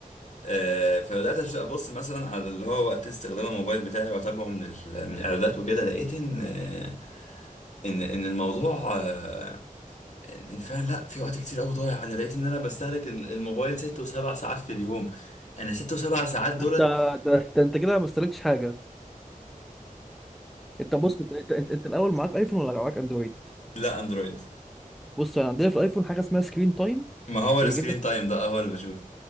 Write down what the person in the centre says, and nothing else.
ده انت
ده, ده انت كده ما استهلكتش حاجه انت بص انت انت, انت, انت الاول معاك ايفون ولا معاك اندرويد
بص انا عندنا في الايفون حاجه اسمها سكرين تايم
بيجيب لك